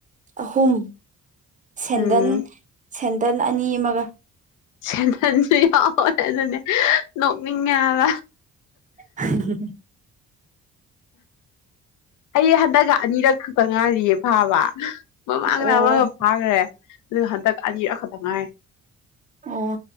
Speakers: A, on the right; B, on the left.
A: ꯑꯍꯨꯝ ꯁꯦꯟꯗꯟ
B: ꯎꯝ
A: ꯁꯦꯟꯇꯟ ꯑꯅꯤ ꯑꯃꯒ
B: <unintelligible> ꯕ
A: ꯎ
B: ꯑꯩ ꯍꯟꯗꯛꯀ ꯑꯅꯤꯔꯛ ꯈꯛꯇ ꯉꯥꯏꯔꯤꯌꯦ ꯐꯥꯕ ꯃꯃꯥꯡꯅ
A: ꯑꯣ
B: ꯑꯃꯒ ꯐꯥꯈ꯭ꯔꯦ ꯑꯗꯨ ꯍꯟꯗꯛ ꯑꯅꯤ ꯈꯛꯇꯪ ꯉꯥꯏ
A: ꯑꯣ